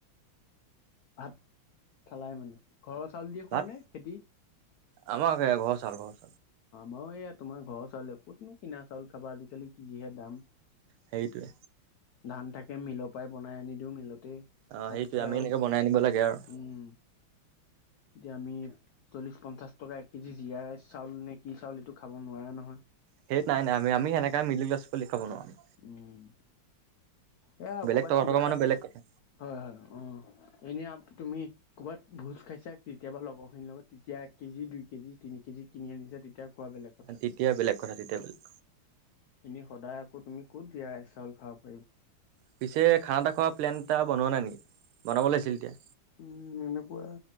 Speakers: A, on the left; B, on the right.
A: ভাত খালাই মানে, ঘৰৰ চাউল দিয়ে
B: ভাত
A: খোৱা নে খেতি?
B: আমাৰ ঘৰৰ চাউল ঘৰ
A: মই এইয়া তোমাৰ ঘৰৰ চাউলে ক'তনো কিনা চাউল খাবা আজিকালি যিহে দাম।
B: সেইটোৱে।
A: ধান থাকে মিলৰ পৰাই বনাই আনি দিওঁ মিলত
B: অ'
A: তাৰপিছত
B: সেইটোৱে আমি
A: আৰু
B: এনেকে বনাই আনিব লাগে আৰু।
A: উম এতিয়া আমি চল্লিশ পঞ্চাশ টকা এক কেজি জীয়া চাইল চাউল নে কি চাউল এইটো খাব নোৱাৰা নহয়
B: সেই নাই নাই আমি আমি সেনেককা মিডিল ক্লাছ খাব নোৱাৰোঁ।
A: উম এয়া
B: বেলেগ
A: কৰ'বাত
B: টকা
A: কিবা
B: থকা
A: এটা
B: মানুহ বেলেগ কথা।
A: হয় হয় উ এনেই তুমি ক'ৰবাত ভোজ খাইছা কেতিয়াবা লগৰখিনিৰ লগত তেতিয়া এক কেজি দুই কেজি তিনি কেজি কিনি আনিছে তেতিয়া কোৱা বেলেগ কথা
B: তেতিয়া বেলেগ কথা তেতিয়া বেলেগ
A: এনে সদায় আকৌ তুমি ক'ত দিয়া চাউল খাব পাৰিব
B: পিছে খানা এটা খোৱা প্লেন এটা বনোৱা নাই নেকি বনাব লাগিছিল তেতিয়া
A: উম এনেকুৱা